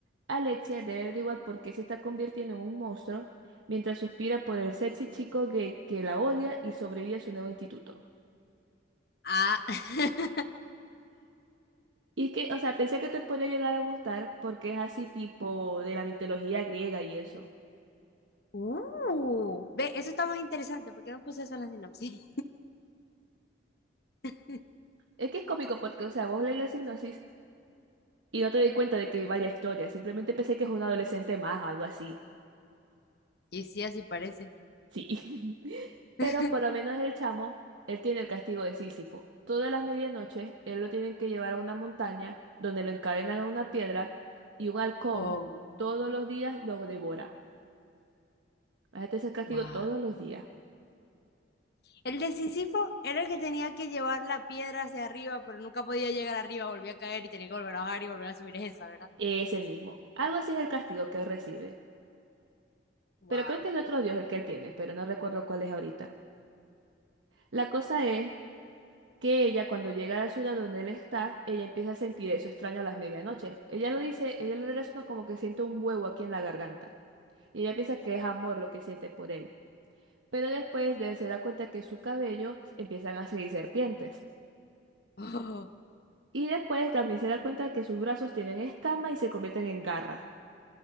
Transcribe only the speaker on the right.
Alexia debe averiguar por qué se está convirtiendo en un monstruo mientras suspira por el sexy chico gay que la odia y sobrevive a su nuevo instituto.
Y que, o sea, pensé que te podría llegar a gustar porque es así tipo de la mitología griega y eso.
Es que es cómico porque, o sea, vos lees la sinopsis y no te di cuenta de que va la historia, simplemente pensé que es un adolescente más o algo así.
Sí. <laughs> Pero
por lo menos el chamo, él tiene el castigo de Sísifo. Todas las medianoches, él lo tienen que llevar a una montaña donde lo encadenan a una piedra y un halcón
todos los días lo devora. Este es el castigo
todos los días.
Ese mismo. Algo así es el castigo que él recibe.
Pero creo que es de otro dios el que él tiene, pero no recuerdo cuál es ahorita. La cosa es que ella cuando llega a la ciudad donde él está, ella empieza a sentir eso extraño a las medianoches. Ella lo dice, ella lo relaciona como que siente un huevo aquí en la garganta. Y ella piensa que es amor lo que siente por él. Pero después de- se da cuenta que su cabello empiezan a seguir serpientes.
Y después también se da cuenta que sus brazos tienen escamas y se convierten en garras.